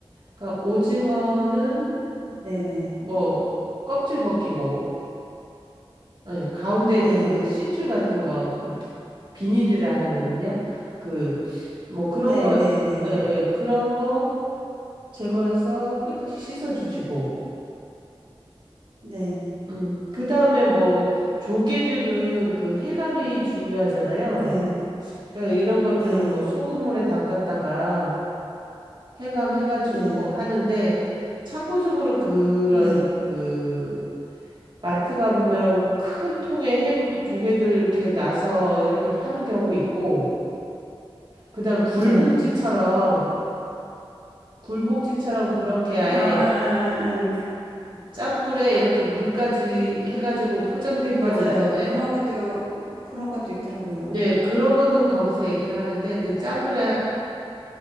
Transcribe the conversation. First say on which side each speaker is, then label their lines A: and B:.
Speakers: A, on the right; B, on the right.
A: 그러니까 오징어는
B: 네네.
A: 뭐, 껍질 벗기고, 예, 가운데
B: 네.
A: 그 심줄 같은 거, 그 비닐이라는요? 그, 뭐 그런
B: 네네네.
A: 거,
B: 네.
A: 예, 예, 그런 거 제거해서 깨끗이 씻어주시고,
B: 네.
A: 음, 그 다음에 뭐, 조개류는 그 해감이 중요하잖아요.
B: 네.
A: 그러니까 이런 것들은
B: 네.
A: 뭐 소금물에 담갔다가 해감해가지고
B: 네.
A: 하는데 참고적으로 그런
B: 네.
A: 그 마트 가보면 큰 통에 햄 조개들 이렇게 나서 이렇게 파는 경우 있고 그다음 굴봉지처럼
B: 네.
A: 굴봉지처럼 그렇게 아예
B: 아, 아, 아, 아. 아. 그
A: 짠불에 이렇게 물까지 해가지고 포장된
B: 맞아요.
A: 경우 있잖아요.
B: 그런 것도, 그런 것도 있더라고요.
A: 네, 그런 거는 거기서 얘기를 하는데 그 짠불에